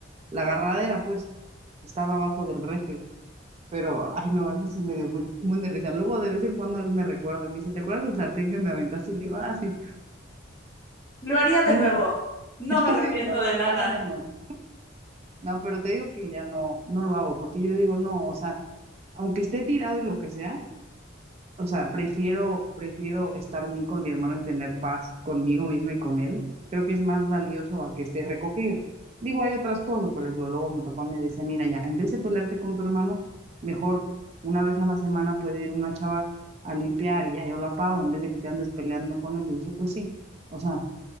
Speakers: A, on the right; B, on the left.
A: la agarradera, pues, estaba abajo del refri. Pero, ay, no, eso sí me dio muy, un buen de risa. Luego, de vez en cuando, él me recuerda, me dice, ¿te acuerdas del sartén que me aventaste? Y le digo, ah, sí.
B: Lo haría de
A: Me
B: nuevo.
A: dice,
B: No
A: <laughs>
B: me arrepiento
A: sí, lo haría,
B: de nada.
A: lo haría de nuevo. No, pero te digo que ya no, no lo hago, porque yo digo, no, o sea, aunque esté tirado y lo que sea, o sea, prefiero, prefiero estar bien con mi hermano y tener paz conmigo misma y con él. Creo que es más valioso a que esté recogida. Digo, hay otras cosas, por ejemplo, luego mi papá me decía, mira, ya, en vez de pelearte con tu hermano, mejor una vez a la semana puede ir una chava a limpiar, y ya yo la pago, en vez de que te andes peleando con él. Y dije, pues sí, o sea.